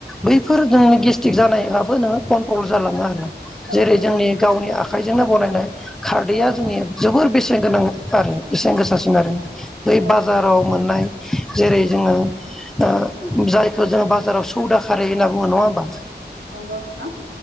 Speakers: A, in the centre; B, on the right (about 85°).
A: बैफोर नोंनि गेस्टिक जानाय आबो नोङो कन्ट्रल जालाङो आरो
B: औ
A: जेरै
B: औ
A: जोंनि गावनि आखाइजोंनो बनायनाय खारदैया
B: औ
A: जोंनिया जोबोर बेसेन गोनां आरो बेसेन गोसासिन आरो बै
B: औ
A: बाजाराव मोननाय जेरै जोङो ओ जायखौ जोङो बाजाराव सौदा खारै होनना बुङो नङा होमबा
B: नंगौ नोंथां